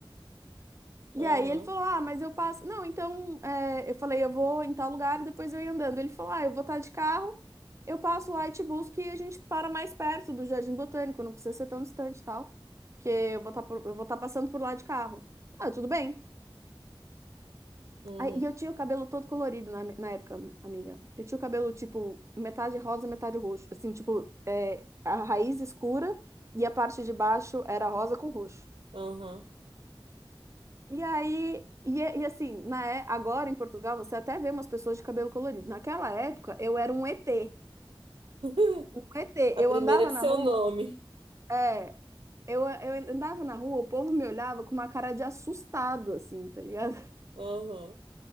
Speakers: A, on the right; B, on the right.
A: E
B: Aham,
A: aí ele falou: Ah, mas eu passo. Não, então é, eu falei: Eu vou em tal lugar e depois eu ia andando. Ele falou: Ah, eu vou estar de carro, eu passo lá e te busco e a gente para mais perto do Jardim Botânico, não precisa ser tão distante e tal, porque eu vou estar, por- eu vou estar passando por lá de carro. Ah, tudo bem.
B: uhum,
A: Aí, e eu tinha o cabelo todo colorido na, na época, amiga. Eu tinha o cabelo tipo metade rosa, metade roxo. Assim, tipo, é, a raiz escura e a parte de baixo era rosa com roxo.
B: aham.
A: E aí, e, é- e assim, na, é- agora em Portugal você até vê umas pessoas de cabelo colorido. Naquela época eu era um ET.
B: <laughs>
A: Um ET.
B: A
A: Eu
B: primeira
A: andava
B: de
A: na
B: seu
A: rua,
B: nome.
A: é, eu, eu andava na rua, o povo me olhava com uma cara de assustado, assim, tá ligado?
B: Aham.